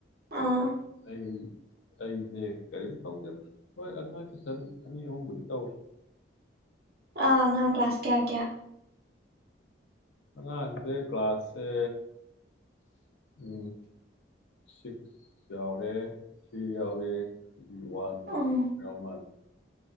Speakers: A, on the right (about 55°); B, on the left (about 75°).
A: ꯑꯥ꯫
B: ꯑꯩ ꯑꯩꯁꯦ ꯀꯔꯤꯝ ꯇꯧꯗꯦꯗ ꯍꯣꯏ ꯑꯉꯥꯡ ꯇꯨꯁꯟ ꯑꯅꯤ ꯑꯍꯨꯝꯕꯨꯗꯤ ꯇꯧꯔꯤ꯫
A: ꯑ ꯑꯉꯥꯡ ꯀ꯭ꯂꯥꯁ ꯀꯥꯌꯥꯀꯌꯥ꯫
B: ꯑꯉꯥꯡꯁꯦ ꯀ꯭ꯂꯥꯁꯁꯦ ꯎ ꯁꯤꯛꯁ ꯌꯥꯎꯔꯦ ꯊ꯭ꯔꯤ ꯌꯥꯎꯔꯦ꯫ ꯋꯥꯟ
A: ꯎꯝ
B: ꯌꯥꯎꯃꯥꯜ